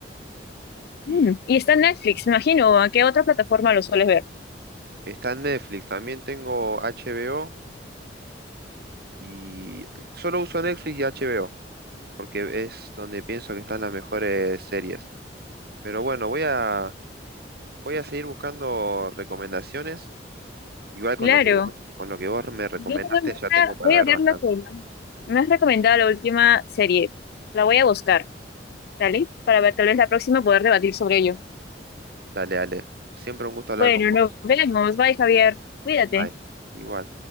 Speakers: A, on the right; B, on the left.
A: y
B: Mm, Y está en Netflix, me imagino. ¿A qué otra plataforma lo sueles ver?
A: está en Netflix. También tengo HBO y solo uso Netflix y HBO porque es donde pienso que están las mejores series. Pero bueno, voy a, voy a seguir buscando recomendaciones. Igual
B: Claro.
A: con lo que vos, con lo que vos me recomendaste,
B: Yo también
A: ya tengo
B: voy a,
A: para
B: voy
A: ver
B: a ver
A: bastante.
B: la que me has recomendado la última serie. La voy a buscar, ¿vale? Para ver, tal vez la próxima poder debatir sobre ello.
A: Dale, dale. Siempre un gusto
B: Bueno,
A: hablar con vos.
B: nos vemos. Bye, Javier. Cuídate.
A: Bye. Igual.